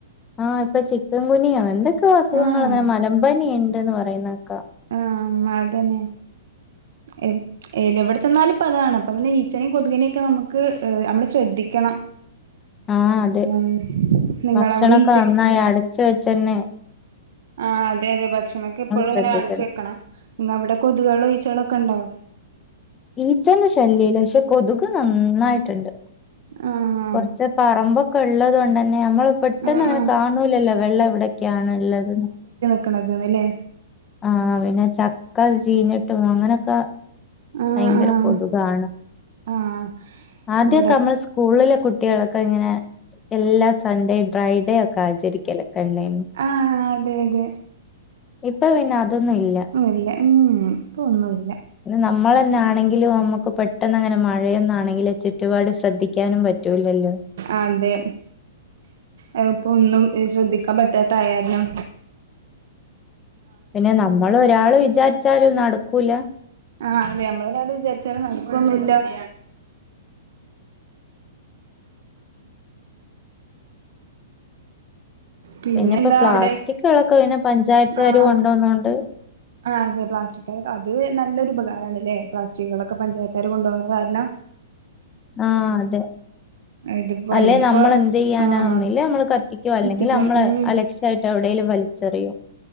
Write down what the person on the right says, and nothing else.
ആഹ്
ആഹ് അതന്നെ എ ഏ ചെന്നാല് ഇപ്പം അതാണ് അപ്പം ഈച്ചനേയും കൊതുകിനെയൊക്കെ നമുക്ക് നമ്മള് ശ്രദ്ധിക്കണം.
ഉം നിങ്ങളവിടെ
ഈച്ചക്ക്
ആഹ അതെ അതെ ഭക്ഷണണക്കെ എപ്പോഴും
ഇങ്ങനെ അടിച്ചു വെക്കണം എന്നാ അവിടെ കൊതുകൾ ഈച്ചകളൊക്കെ ഉണ്ടോ?
ആഹ്
ആഹ്
ആഹ്
കിണക്കുന്ല്ലേ?
ആഹ്
ആഹ്
ആഹ്
ഇവിടെ
ആഹ് അതെ അതെ.
ഇല്ല ഉം ഇപ്പൊ ഒന്നുല്ല
അതേ. അഹ് ഇപ്പൊ ഒന്നും ഏഹ് ശ്രദ്ധിക്കാൻ പറ്റാത്തായാരണം
ആഹ് അതെ, നമ്മള് <unintelligible> വിചാരിച്ചാല് നടക്കൊന്നുല്ല <inaudible> പിന്നെന്താ
അവിടെ
ആഹ്
ആഹ് അതെ പ്ലാസ്റ്റിക്ക്‌ അത് ന നല്ലൊരു ഉപകാരണല്ലേ പ്ലാസ്റ്റിക്കുകളൊക്കെ പഞ്ചായത്തുകാര് കൊണ്ടപോകുന്നത് കാരണം
ഇതിപ്പോ
അല്ലെങ്കിപ്പോ
ആഹ്
കത്തിക്കാൻ
ഉം